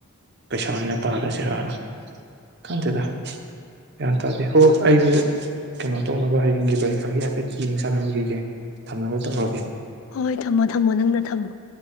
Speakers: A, on the right; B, on the left.
A: ꯄꯩꯁꯥ ꯑꯣꯏꯅ ꯇꯥꯔꯁꯤꯔꯅ ꯈꯟꯗꯦꯗ ꯒ꯭ꯌꯥꯟ ꯇꯥꯗꯦ ꯍꯣ ꯑꯩꯁꯨ ꯀꯩꯅꯣ ꯇꯧꯅꯕ ꯍꯌꯦꯡꯒꯤ ꯄꯔꯤꯈꯥꯒꯤ ꯍꯥꯏꯐꯦꯠ ꯌꯦꯡ ꯁꯥꯟꯅꯕꯒꯤꯒ ꯊꯝꯅꯕ ꯇꯧꯔꯒꯦ
B: ꯍꯣꯏ ꯍꯣꯏ ꯊꯝꯃꯣ ꯊꯝꯃꯣ ꯅꯪꯅ ꯊꯝꯃꯣ